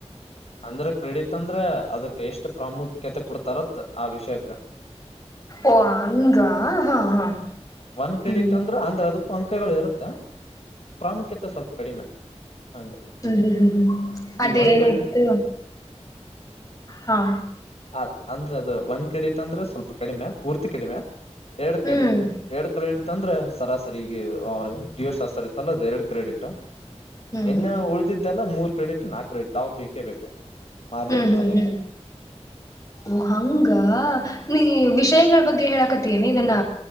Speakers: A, on the left; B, on the left.
A: ಅಂದ್ರ ಕ್ರೆಡಿಟ್ ಅಂದ್ರೆ ಅದಕ್ ಎಷ್ಟ್ ಪ್ರಾಮುಖ್ಯತೆ ಕೊಡ್ತಾರತ್ ಆ ವಿಷಯಕ್
B: ಓ ಹಂಗ ಹಾ ಹಾ
A: ಒನ್ ಕ್ರೆಡಿಟ್
B: ಹ್ಮ್
A: ಅಂದ್ರೆ ಅಂದ್ರೆ ಅದಕ್ಕೂ ಅಂಕಗಳು ಇರುತ್ತೆ ಪ್ರಾಮುಖ್ಯತೆ ಸ್ವಲ್ಪ ಕಡಿಮೆ ಹಂಗ
B: ಹ್ಮ್ ಹ್ಮ್ ಹ್ಮ್ ಹ್ಮ್ ಅದೇನಿತ್ತು
A: ಈಗ ಒಂದ್ ಕ್ರೆಡಿಟ್
B: ಹ್ಮ
A: ಹ ಅಂದ್ರೆ ಅದು ಒಂದ ಕ್ರೆಡಿಟ್ ಅಂದ್ರೆ ಸ್ವಲ್ಪ ಕಡಿಮೆ ಪೂರ್ತಿ ಕಡಿಮೆ ಎರಡು
B: ಹ್ಮ್
A: ಕ್ರೆಡಿಟ್ ಎರಡು ಕ್ರೆಡಿಟ್ ಇತ್ತಂದ್ರೆ ಸರಾಸರಿ ಈಗ ಜೀವಶಾಸ್ತ್ರ ಇತ್ತಲ್ಲ ಅದು ಎರಡು ಕ್ರೆಡಿಟ್
B: ಹ್ಮ್
A: ಇನ್ನು ಉಳ್ದಿದ್ದಲ್ಲ ಮೂರ್ ಕ್ರೆಡಿಟ್ ನಾಕು ಕ್ರೆಡಿಟ್ ಅವ ಬೇಕೇ ಬೇಕು ಮಾಡ್ಲೇಬೇಕ್
B: ಹ್ಮ್ ಹ್ಮ್
A: ಚೆನ್ನಾಗಿ
B: ಹ್ಮ್ ಓ ಹಂಗ ನೀ ವಿಷಯಗಳ ಬಗ್ಗೆ ಹೇಳಾಕತಿಯನ ಇದನ್ನ